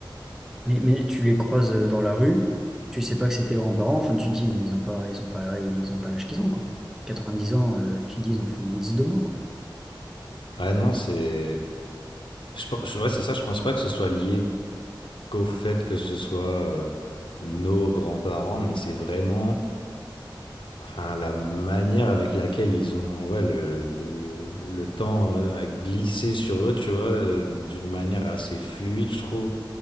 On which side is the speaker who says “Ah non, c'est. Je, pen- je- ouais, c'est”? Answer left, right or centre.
Left